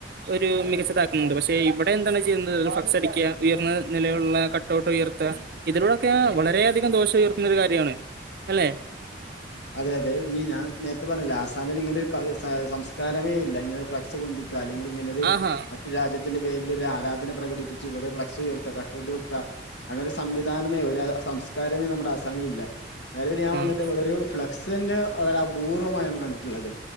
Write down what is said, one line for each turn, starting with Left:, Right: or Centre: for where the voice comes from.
Right: ഒരു മികച്ചതാക്കുന്നുണ്ട് പക്ഷെ ഇവിടെ എന്താണ് ചെയ്യുന്നത് ഫക്സ് അടിക്ക ഉയർന്ന നിലയുള്ള കട്ടൗട്ട് ഉയർത്തുക ഇതിലൂടെൊക്കെ വളരെയധികം ദോഷം ഉയർത്തുന്ന ഒരു കാര്യമാണ് അല്ലെ
Left: അതെ അതെ ഈ ഞാൻ നേരത്തെ പറഞ്ഞില്ലേ ആസാമിൽ ഇങ്ങനെ <unintelligible> സംസ്കാരമേ ഇല്ല ഇങ്ങനെ ഫ്ലക് കാ <unintelligible> ക്കുക അല്ലെങ്കിൽ ഇങ്ങനെ ഒരു
Right: ആഹാ
Left: മറ്റുരാജ്യത്ത് ന്റെ പേരില് ഒരു ആരാധന പ്രകടിപ്പിച്ച് ഇവിടെ ഫ്ലക്സ് ഉയർത്തുക കട്ടഔട്ട് വെക്ക അങ്ങനെ ഒരു സംവിധാനമേ ഒരു സംസ്കാരമേ നമ്മുടെ അസാമിലല്ല നിലവിൽ ഞാൻ വന്നിട്ട്
Right: ആഹ്
Left: വളരൂ ഫ്ലക്സെന്നെ വളരെ അപൂർവമായാണ് കണ്ടിട്ടുള്ളത്